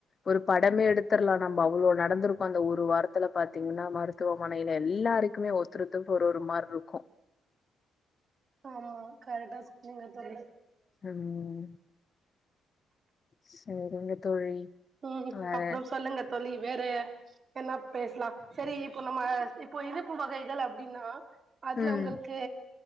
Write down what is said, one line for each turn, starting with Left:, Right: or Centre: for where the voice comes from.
Left: ஒரு படமே எடுத்தர்லா நம்ப அவ்ளோ நடந்துருக்கு அந்த ஒரு வாரத்துல பாத்தீங்கன்னா மரு மருத்துவமனையில எல்லாருக்குமே ஒருத்தர் ஒருத்தருக்கு ஒரு ஒரு மார் இருக்கும்
Right: ஆமா கரெக்டா சொன்னிங்க தோழி
Left: ம் சரிங்க தோழி
Right: ம்
Left: வேற
Right: அப்றோ சொல்லுங்க தோழி வேற என்ன பேசலா செரி இப்போ நம்ம இப்போ இனிப்பு வகைகள் அப்டின்னா அதுல
Left: ம்
Right: உங்களுக்கு